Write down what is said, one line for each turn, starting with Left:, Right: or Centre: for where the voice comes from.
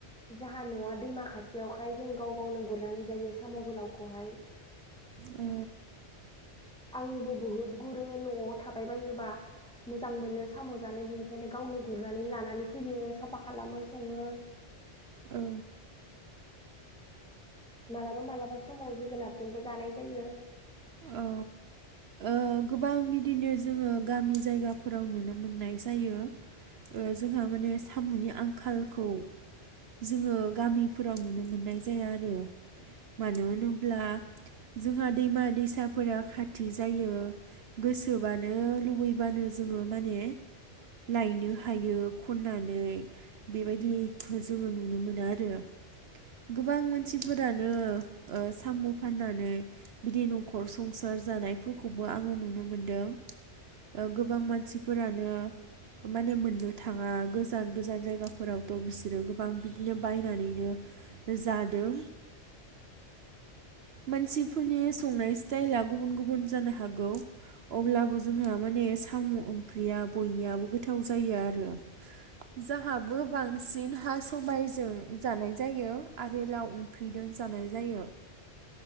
Centre: जाहा न'आ दैमा खाथियावखाय जों गाव गावनो गुरनानै जायो साम' गोलावखौहाय।
Right: औ
Centre: आंबो बहुद गुरो न'आव थाबाय बायोबा मोजां मोनो साम' जानो बिनिखायनो गावनो गुरनानै लानानै फैयो साफा खालामो सङो।
Right: औ
Centre: मालाबा मालाबा समाव जोगोनारजोंबो जानाय जायो।
Right: औ ओ गोबां बिदिनो जोङो गामि जायगाफोराव नुनो मोननाय जायो ओ जोंहा माने सामुनि आंखालखौ जोङो गामिफोराव नुनो मोननाय जाया आरो। मानो होनोब्ला जोंहा दैमा दैसाफोरा खाथि जायो। गोसोबानो लुबैबानो जोङो माने लायनो हायो। खननानै बेबायदिखौ जोङो नुनो मोनो आरो गोबां मानसिफोरानो ओ साम' फाननानै बिदि न'खर संसार जानायफोरखौ आङो नुनो मोनदों ओ गोबां मानसिफोरानो माने मोननो थाङा गोजान गोजान जायगाफोरावथ' बिसोरो गोबां बिदिनो बायनानैनो जादों। मानसिफोरनि संनाय स्टाइला गुबुन गुबुन जानो हागौ अब्लाबो जोंहा माने साम' ओंख्रिया बयनियाबो गोथाव जायो आरो जाहाबो बांसिन हा सबाइजों जानाय जायो आरो लाव ओंख्रिजों जानाय जायो।